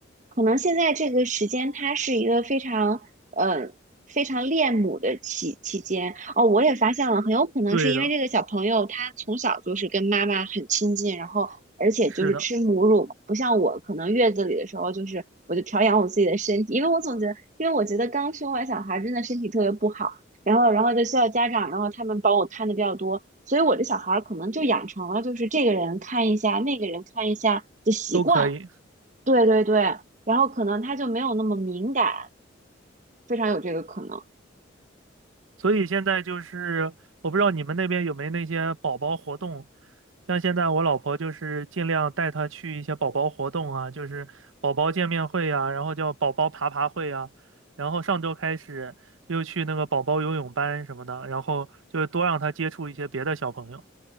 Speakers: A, on the right (about 40°); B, on the right (about 85°).
A: 可能现在这个时间，它是一个非常呃非常恋母的期期间哦。我也发现了，很有可能是因为这个小朋友他从小就是跟妈妈很亲近，
B: 对的，
A: 然后而且就是吃母乳，
B: 是的，
A: 不像我可能月子里的时候就是我就调养我自己的身体，因为我总觉得，因为我觉得刚生完小孩真的身体特别不好，然后然后就需要家长，然后他们帮我看的比较多，所以我这小孩儿可能就养成了就是这个人看一下，那个人看一下的习惯。
B: 都可以。
A: 对对对，然后可能他就没有那么敏感，非常有这个可能。
B: 所以现在就是，我不知道你们那边有没有那些宝宝活动，像现在我老婆就是尽量带她去一些宝宝活动啊，就是宝宝见面会呀，然后叫宝宝爬爬会啊，然后上周开始又去那个宝宝游泳班什么的，然后就是多让她接触一些别的小朋友，